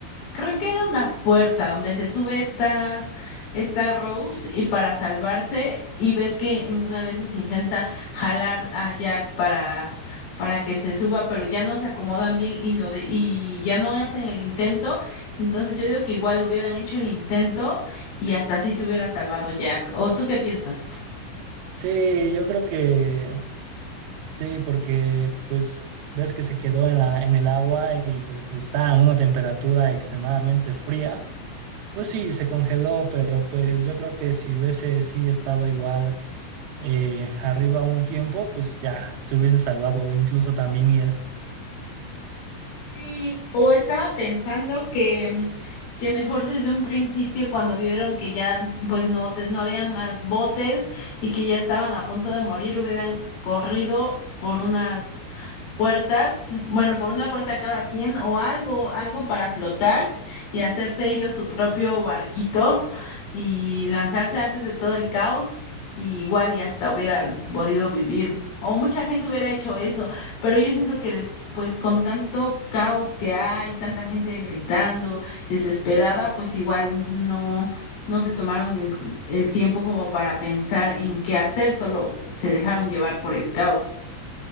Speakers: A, on the left; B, on the right.
A: Creo que era una puerta donde se sube esta, esta Rose y para salvarse y ves que en una de esas intenta jalar a Jack para, para que se suba, pero ya no se acomodan bien y lo de, y ya no hacen el intento. Entonces yo digo que igual hubieran hecho el intento y hasta así se hubiera salvado Jack. ¿O tú qué piensas?
B: Sí, yo creo que Sí, porque pues ves que se quedó en la, en el agua y pues está a una temperatura extremadamente fría. Pues sí, se congeló, pero pues yo creo que si hubiese sí estado igual eh, arriba un tiempo, pues ya se hubiese salvado incluso también él.
A: Sí, o estaba pensando que, mm, que mejor desde un principio cuando vieron que ya pues no, te- no había más botes y que ya estaban a punto de morir, hubieran corrido por unas puertas, bueno, por una puerta cada quien o algo, algo para flotar y hacerse ellos su propio barquito y lanzarse antes de todo el caos y igual y hasta hubieran podido vivir o mucha gente hubiera hecho eso. Pero yo siento que después con tanto caos que hay, tanta gente gritando, desesperada, pues igual no, no se tomaron el, el tiempo como para pensar en qué hacer, solo se dejaron llevar por el caos.